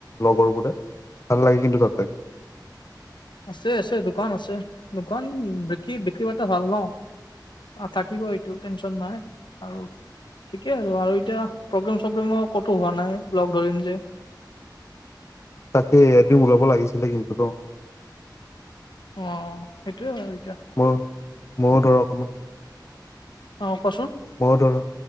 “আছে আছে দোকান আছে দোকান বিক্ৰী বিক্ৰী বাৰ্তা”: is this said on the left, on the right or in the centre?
Left